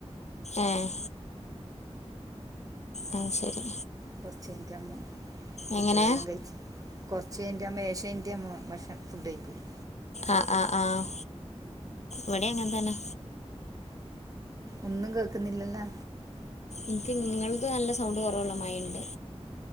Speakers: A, on the left; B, on the right.
A: ഏഹ് അത് ശരി
B: കൊർച് കഴിഞ്ഞ ട്ടമ്മ കുട്ട്യളെല്ലം
A: എങ്ങനെ
B: കഴിച്ച് കൊർച്ചയ്ഞ്ഞിട്ടാമ്പോ ഏഷ കൈൻറ്റ് ഞമ് ഭക്ഷ ഫുഡ് കഴിക്കൂലേ
A: ആഹ് ആഹ് ആഹ് വടിം അങ്ങൻ തന്നെ
B: ഒന്നും കേക്ക്ന്നില്ലല്ലോ
A: ഇന്ക്ക്ങ്ങൾത് നല്ല സൗണ്ട് കൊറവുള്ള മാരി ഉണ്ട്